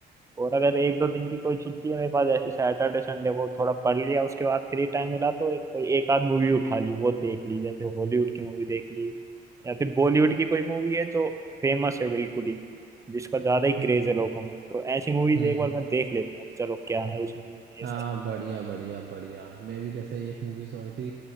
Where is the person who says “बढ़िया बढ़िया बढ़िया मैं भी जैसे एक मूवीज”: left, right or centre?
Right